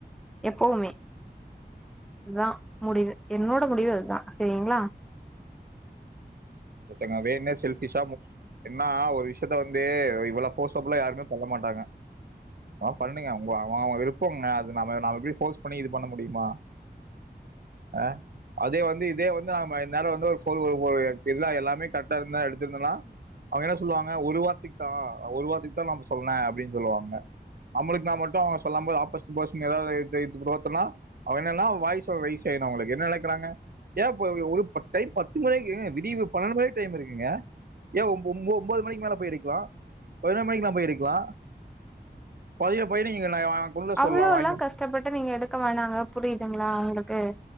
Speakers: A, in the centre; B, on the right.
A: எப்போவுமே இதா முடிவு என்னோட முடிவு இதுதா சேரிங்களா
B: ஒத்தங்க வேணும்னே செல்ஃபிஷா என்னா ஒரு விஷயத்த வந்து இவளோ க்ளோஸப்ல யாருமே போக மாட்டாங்க பண்ணுங்க அவங்க அவங்க அவங்க விருப்பங்க அது நம்ம நாம எப்படி ஃபோர்ஸ் பண்ணி இது பண்ண முடியுமா ஆ அதே வந்து இதே வந்து இந்தாளு வந்து ஒரு <unintelligible> இதா எல்லாமே கரெக்ட்டா இருந்தா எடுத்துக்கலா அவங்க என்ன சொல்லுவாங்க ஒரு வார்த்தைக்கு தா ஒரு வார்த்தைக்கு தா நா சொன்னே அப்டின்னு சொல்லுவாங்க நம்புளுக்கு நான மட்டு அவன் சொல்லும் போது ஆப்போசிட் பர்ஷன் எதாவது எதிர்த்து <unintelligible> அவன் என்னன்னா வாய்ச ரெய்சு செய்னு அவங்களுக் என்ன நெனைக்கிறாங்க ஏ ஒரு டைம் பத்து மணிக்கு விடிவு பண்னெண்டு மணி வரை டைம் இருக்குங்க ஏ ஒம்போது மணிக்கு மேல போயிருக்கலா எடுக்கலாம் பதினோரு மணிக்கு நா போயிருக்கலா பதிவ பயிர நீங்க <unintelligible>
A: அவ்ளோலா
B: வாங்கி
A: கஷ்டப்பட்டு நீங்க எடுக்க வேணாங்க புரியுதுங்களா உங்களுக்கு